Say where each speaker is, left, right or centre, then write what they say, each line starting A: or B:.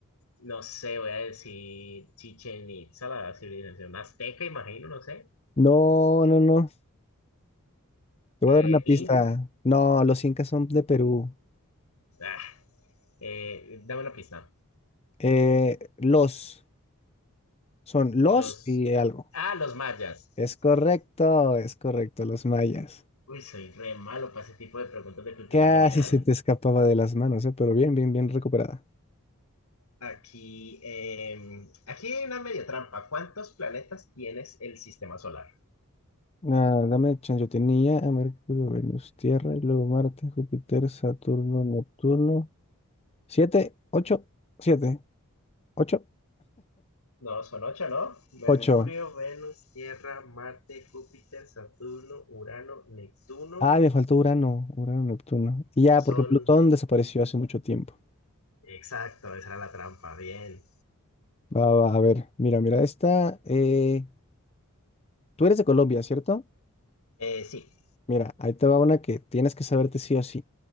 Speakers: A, on the left; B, on the left.
A: No sé, voy a decir Chichen Itza, la civilización azteca, imagino, no sé.
B: No, no, no. Te
A: Eh,
B: voy a dar una pista.
A: in-
B: No, los incas son de Perú.
A: ah, eh, dame una pista.
B: Eh, los, son los
A: Los,
B: y algo.
A: ah, los mayas.
B: Es correcto, es correcto, los mayas.
A: Uy, soy re malo para ese tipo de preguntas de cultura
B: Casi
A: general.
B: se te escapaba de las manos, ¿eh? Pero bien, bien, bien recuperada.
A: Aquí, eh, aquí hay una media trampa. ¿Cuántos planetas tienes el sistema solar?
B: Ah, dame chance. Yo tenía a Mercurio, Venus, Tierra, y luego Marte, Júpiter, Saturno, Neptuno. Siete, ocho, siete, ocho,
A: No, son ocho, ¿no? Mercurio,
B: ocho.
A: Venus, Tierra, Marte, Júpiter, Saturno, Urano, Neptuno.
B: Ah, me faltó Urano, Urano, Neptuno. Y ya,
A: Son...
B: porque Plutón desapareció hace mucho tiempo.
A: Exacto, esa era la trampa. Bien.
B: Va, va, a ver, mira, mira, esta. eh, Tú eres de Colombia, ¿cierto?
A: Eh, sí,
B: Mira, ahí te va una que tienes que saberte sí o sí.